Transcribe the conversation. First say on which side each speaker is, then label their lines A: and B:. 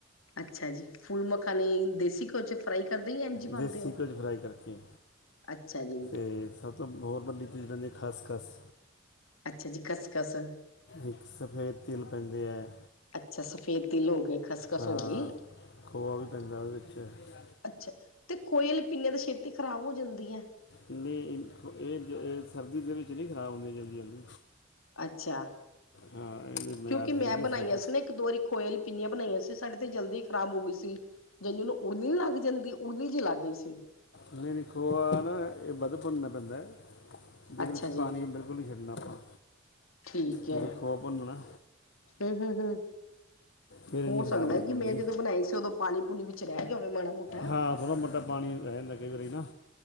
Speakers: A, on the left; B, on the left.
A: ਅੱਛਾ ਜੀ, ਫੁਲ ਮਖਾਣੇ ਦੇਸੀ ਘਿਓ ਚ ਫਰਾਈ ਕਰਦੇ ਜਾਂ ਇੰਝ ਪਾਉਦੇ
B: ਦੇਸੀ
A: ਹੋ?
B: ਕੁਝ ਫਰਾਈ ਕਰਕੇ
A: ਅੱਛਾ ਜੀ
B: ਤੇ ਸਭ ਤਾਂ ਹੋਰ ਵੱਡੀ ਚੀਜ਼ਾਂ ਜੇ ਖਸ- ਖਸ
A: ਅੱਛਾ ਜੀ ਖਸਖਸ
B: ਇੱਕ ਸਫੇਦ ਤਿਲ ਪੈਂਦੇ ਹੈ
A: ਅੱਛਾ ਸਫੇਦ ਤਿਲ ਹੋ ਗਏ ਖਸਖਸ
B: ਹਾਂ
A: ਹੋ ਗਈ
B: ਖੋਆ ਵੀ ਪੈਂਦਾ ਉਹਦੇ ਵਿੱਚ
A: ਅੱਛਾ ਤੇ ਖੋਏ ਵਾਲੀਆਂ ਪਿੰਨੀਆਂ ਤੇ ਛੇਤੀ ਖ਼ਰਾਬ ਹੋ ਜਾਂਦੀ ਆ
B: ਨਹੀਂ ਇਹ ਸਰਦੀ ਦੇ ਵਿੱਚ ਨਹੀਂ ਖਰਾਬ ਹੁੰਦੀਆਂ ਜਲਦੀ- ਜਲਦੀ
A: ਅੱਛਾ,
B: ਹਾਂ ਇਹਦੀ ਮਿਆਦ
A: ਕਿਉਂਕਿ ਮੈਂ
B: ਹੈਗੀ
A: ਬਣਾਈਆਂ
B: ਸਰ
A: ਸੀ ਨਾ ਇੱਕ ਦੋ ਵਾਰੀ ਖੋਏ ਵਾਲੀ ਪਿੰਨੀਆਂ ਬਣਾਈਆਂ ਸੀ, ਸਾਡੇ ਤੇ ਜਲਦੀ ਖ਼ਰਾਬ ਹੋ ਗਈ ਸੀ। ਜਿ ਉਹਨੂੰ ਉੜਲੀ ਨੀ ਲੱਗ ਜਾਂਦੀ ਉੜਲੀ ਜ ਲੱਗ ਗਈ ਸੀ।
B: ਨਹੀਂਨ ਖੋਆ ਨਾ ਇਹ ਬਧ ਭੁੰਨਣਾ ਪੈਂਦਾ। ਇਹਦੇ
A: ਅੱਛਾ
B: ਵਿੱਚ
A: ਜੀ
B: ਪਾਣੀ ਬਿਲਕੁਲ ਨਹੀਂ ਛੱਡਣਾ, ਆਪਾਂ
A: ਠੀਕ ਹੈ
B: ਜਦੋਂ ਖੋਆ ਭੁੰਨ ਨਾ
A: ਹਮ -ਹਮ -ਹਮ
B: ਫਿਰ ਇਹ
A: ਹੋ
B: ਨਹੀਂ
A: ਸਕਦਾ
B: ਖਰਾਬ ਨਹੀਂ
A: ਕਿ
B: ਪੈਣੀ
A: ਮੈਂ ਜਦੋਂ ਬਣਾਈ ਸੀ ਉਦੋਂ ਪਾਣੀ ਪੂਣੀ ਵਿੱਚ ਰਹਿ ਗਿਆ ਹੋਵੇ ਮਾੜਾ ਮੋਟਾ।
B: ਹਾਂ ਥੋੜਾ ਮੋਟਾ ਪਾਣੀ ਰੈ ਜਾਂਦਾ ਕਈ ਵਾਰੀ ਨਾ।